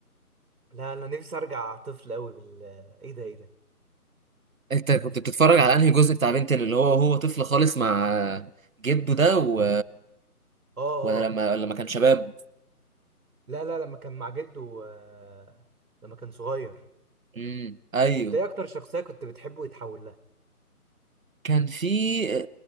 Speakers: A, on the right (about 75°); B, on the right (about 60°).
A: لا انا نفسي ارجع طفل قوي بال ايه ده ايه ده
B: انت كنت بتتفرج على انهي جزء بتاع بنتين اللي هو هو طفل خالص مع جده ده و...
A: اه
B: ولا
A: اه
B: لما لما كان شباب
A: لا لا لما كان مع جده آه، لما كان صغير
B: امم ايوه
A: انت ايه اكتر شخصية كنت بتحبه يتحول لها
B: كان في